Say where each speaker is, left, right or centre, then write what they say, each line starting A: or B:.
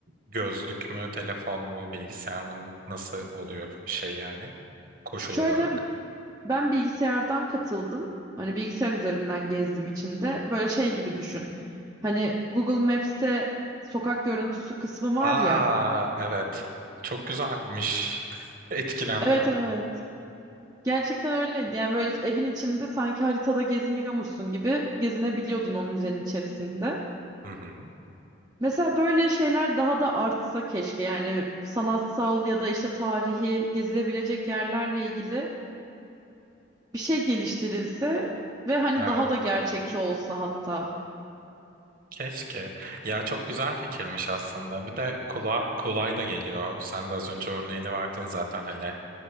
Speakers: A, on the right; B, on the right.
A: gözlük mü, telefon mu, bilgisayar mı nasıl oluyor şey yani koşul
B: Şöyle
A: olarak?
B: ben bilgisayardan katıldım. Hani bilgisayar üzerinden gezdim içinde. Böyle şey gibi düşün. Hani Google Maps'te sokak görüntüsü kısmı var
A: Aa
B: ya.
A: evet. Çok güzelmiş. <laughs> Etkilendim.
B: Evet evet.
A: şu an.
B: Gerçekten öyle. Yani böyle evin içinde sanki haritada geziniyormuşsun gibi gezinebiliyordun o müzenin içerisinde.
A: Hı hı.
B: Mesela böyle şeyler daha da artsa keşke. Yani sanatsal ya da işte tarihi gezilebilecek yerlerle ilgili bir şey geliştirilse ve hani
A: Evet.
B: daha da gerçekçi olsa hatta.
A: Keşke. Ya çok güzel fikirmiş aslında. Bir de kulağa kolay da geliyor. Sen de az önce örneğini verdin zaten hani